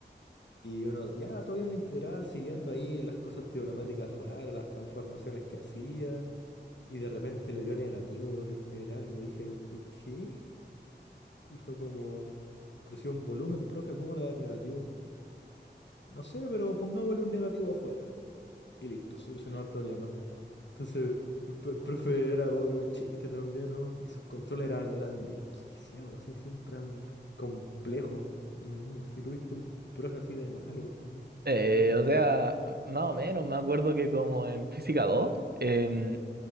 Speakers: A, on the left (about 80°); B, on the right (about 60°).
A: Y uno, ya, todo bien la integral, siguiendo ahí las cosas trigonométricas raras, las transformaciones que hacía. Y de repente le dio negativo la integral. Y yo dije, ¿qué? Y fue como, pero si es un volumen, profe, ¿cómo le va a dar negativo? No sé, pero pongámosle un negativo afuera. Y listo, solucionado el problema. Entonces, el pr- profe era, era un chiste también, ¿no? Y sus controles eran, eran desquiciados, así, siempre eran complejos. Mm, No sé si tuviste un profe así de malo, tú,
B: Eh,
A: pero pésimo.
B: o sea, más o menos, me acuerdo que como en Física 2 em,